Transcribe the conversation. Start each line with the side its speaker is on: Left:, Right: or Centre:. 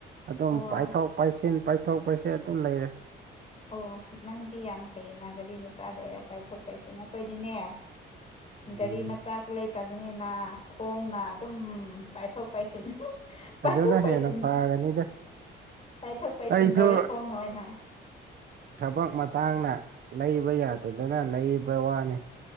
Right: ꯑꯗꯨꯝ
Left: ꯑꯣ
Right: ꯄꯥꯏꯊꯣꯛ ꯄꯥꯏꯁꯤꯟ ꯄꯥꯏꯊꯣꯛ ꯄꯥꯏꯁꯤꯟ ꯑꯗꯨꯝ ꯂꯩꯔꯦ
Left: ꯑꯣ ꯅꯪꯗꯤ ꯌꯥꯝ ꯐꯩꯌꯦꯅ ꯒꯥꯔꯤ ꯃꯆꯥ ꯂꯩꯔ ꯄꯥꯏꯊꯣꯛ ꯄꯥꯏꯁꯤꯟ ꯑꯩꯈꯣꯏꯗꯤꯅꯦ
Right: <inaudible> ꯎꯝ
Left: ꯒꯥꯔꯤ ꯃꯆꯥꯁꯨ ꯂꯩꯇꯕꯅꯤꯅ ꯈꯣꯡꯅ ꯑꯗꯨꯝ ꯄꯥꯏꯊꯣꯛ ꯄꯥꯏꯁꯤꯟ ꯄꯥꯏꯊꯣꯛ
Right: ꯑꯗꯨꯅ
Left: ꯄꯥꯏꯁꯤꯟ
Right: ꯍꯦꯟꯅ ꯐꯒꯅꯤꯗ
Left: ꯄꯥꯏꯊꯣꯛ ꯄꯥꯏꯁꯤꯟ
Right: ꯑꯩꯁꯨ
Left: ꯇꯧꯔꯦ ꯈꯣꯡꯅ ꯑꯣꯏꯅ
Right: ꯊꯕꯛ ꯃꯇꯥꯡꯅ ꯂꯩꯕ ꯌꯥꯗꯗꯅ ꯂꯩꯕ ꯋꯥꯅꯤ